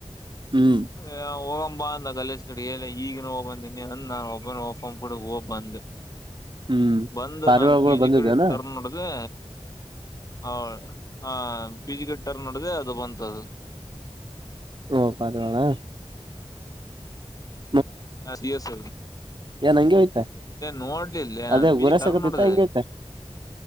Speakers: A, on the right; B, on the left.
A: ಹ್ಮ್
B: ಹೋಗೋಣ ತುಂಬಾ ಅಂದ ಕಲೇಜ್ ಕಡೆ ಈಗ ನ ಹೋಗ್ ಬಂದೀನಿ ಅಂದ ನಾನ್ ಒಬ್ಬ ಒಫೊಂಡ್ ಬಿಡ ಹೋಗ್ಬ ಬಂದ
A: ಹ್ಮ್
B: ಬಂದ
A: ಪಾರಿವಾಳಗಳು
B: ನಮ ಪಿಜಿಕಲ್
A: ಬಂದಿದ್ದೇನಾ
B: ಟರ್ನ್ ನೋಡ್ದೆ ಹೌ ಹ ಫಿಜಿಕಲ್ ಟರ್ನ್ನೋಡ್ದೆ ಅದು ಬಂತದು
A: ಓ ಪರವಾಳಾ <inaudible>
B: ಹ <unintelligible>
A: ಏನ್ ಹಂಗೆ ಹೋಯ್ತ
B: ನೋಡ್ಲಿಲ್ಲ
A: ಅದೇ
B: ಅಪ್ಪಿ
A: ಗುರಸಕತಿತ್ತ
B: ಟರ್ನ್ ಹೊಡೆದೆ.
A: ಹಂಗೆ ಹೋಯ್ತ